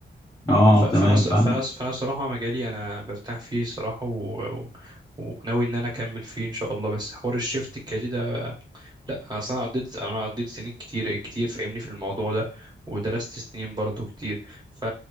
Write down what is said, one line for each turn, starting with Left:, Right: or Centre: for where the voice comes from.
Left: اه
Right: ف- فانا
Left: تمام
Right: الص-
Left: فاهمك
Right: فانا الص- فانا الصراحة مجالي انا مرتاح فيه الصراحة و... و... وناوي ان انا اكمل فيه ان شاء الله بس حوار الشيفت الكارير ده لا اصل انا قضيت انا قضيت سنين كتير كتير فاهمني في الموضوع ده ودرست سنين برضو كتير ف...